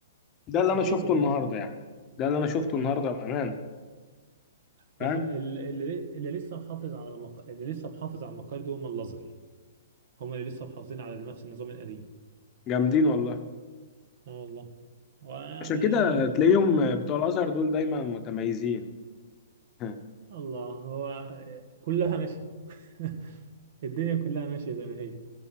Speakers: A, on the left; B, on the right.
A: ده اللي
B: اكيد
A: انا شفته
B: والله
A: النهاردة يعني ده اللي انا شفته
B: مم.
A: النهاردة بأمان فاهم
B: ده حق- ال- اللي اللي لسه محافظ على المق... اللي لسه محافظ على المقال دول هم الازهر هم اللي لسه محافظين على نفس النظام القديم
A: جامدين والله
B: اه والله ويعني
A: عشان كده
B: آه،
A: تلاقيهم بتوع الازهر دول دايما متميزين <laughs>
B: الله هو كلها ماشيه <laughs> الدنيا كلها ماشيه زي ما هي